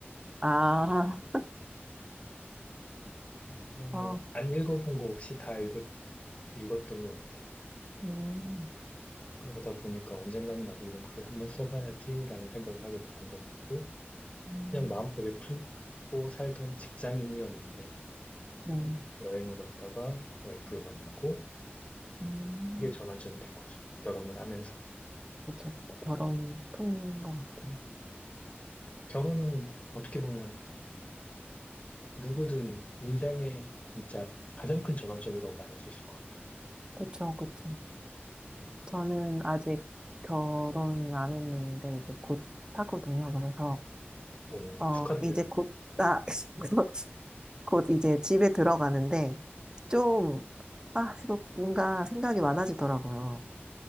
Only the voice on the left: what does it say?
그래서 뭐
안 읽어본 거 없이 다 읽었, 읽었던 것 같아요.
그러다 보니까 언젠가는 나도 이런 글을 한번 써봐야지라는 생각을 하게 됐던 것 같고,
그냥 마음속에 품고 살던 직장인이었는데,
여행을 갔다가 와이프를 만나고,
그게 전환점이 된 거죠. 결혼을 하면서.
결혼은 어떻게 보면 누구든 인생의 진짜 가장 큰 전환점이라고 말할 수 있을 것 같아요.
음.
오,
축하드려요.